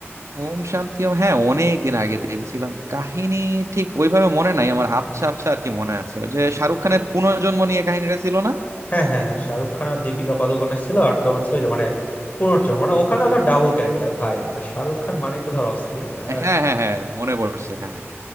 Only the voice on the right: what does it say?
ওম শান্তি ওম হ্যাঁ অনেক দিন আগে দেখেছিলাম কাহিনী ঠিক ওইভাবে মনে নাই আমার আবছা আবছা আর কি মনে আছে ওই যে শাহরুখ খানের পুনর্জন্ম নিয়ে কাহিনীটা ছিল না
হ্যাঁ হ্যাঁ হ্যাঁ মনে পড়ছে হ্যাঁ হ্যাঁ